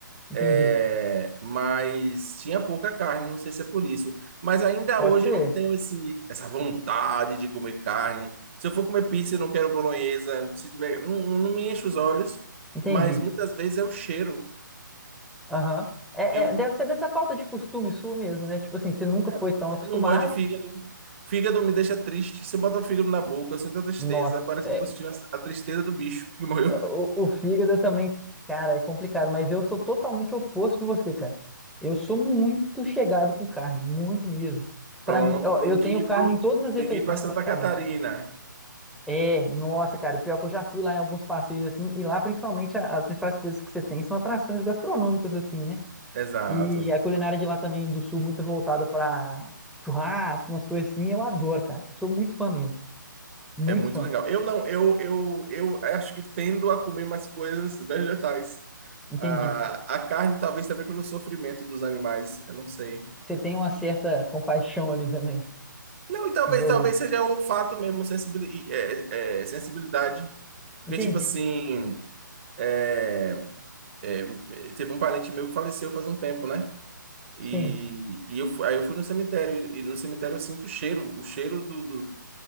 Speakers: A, in the centre; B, on the right.
A: entendi.
B: É, mas tinha pouca carne, não sei se é por isso. Mas ainda
A: Pode
B: hoje
A: ser.
B: eu não tenho esse, essa vontade de comer carne. Se eu for comer pizza, eu não quero bolonhesa. Se tiver, não, não me enche os olhos,
A: Entendi.
B: mas muitas vezes é o cheiro.
A: Aham. É,
B: Eu
A: é, deve ser dessa falta de costume sua mesmo, né? Tipo assim, você nunca
B: é,
A: foi tão acostumado.
B: não gosto de fígado. Fígado me deixa triste. Se eu botar fígado na boca, eu sinto a tristeza.
A: Nossa,
B: Parece
A: é,
B: que eu tô sentindo a, a tristeza do bicho que morreu.
A: o, o fígado também, cara, é complicado, mas eu sou totalmente oposto de você, cara. Eu sou muito chegado com carne, muito mesmo.
B: <laughs> Pronto,
A: Pra mim, ó,
B: tem
A: eu tenho
B: que ir
A: carne
B: pro,
A: em todas as refeições,
B: tem que ir para Santa
A: basicamente.
B: Catarina.
A: É, nossa, cara, o pior é que eu já fui lá em alguns passeios assim, e lá principalmente a- as principais coisas que você tem são atrações gastronômicas, assim, né?
B: Exato.
A: E a culinária de lá também do sul muito voltada para churrasco, umas coisas assim, eu adoro, cara. Sou muito fã mesmo, muito
B: É muito
A: fã.
B: legal. Eu não, eu, eu, eu acho que tendo a comer mais coisas vegetais.
A: Entendi.
B: Ah, a carne, talvez também pelo sofrimento dos animais, eu não sei.
A: Você tem uma certa compaixão ali também
B: Não, e talvez,
A: envolvida.
B: talvez seja o fato mesmo, sensibili- é, é, sensibilidade. Porque,
A: Entendi.
B: tipo assim, é, é, teve um parente meu que faleceu faz um tempo, né? E,
A: Sim.
B: e eu, fu- aí eu fui no cemitério, e e no cemitério eu sinto o cheiro, o cheiro do, do-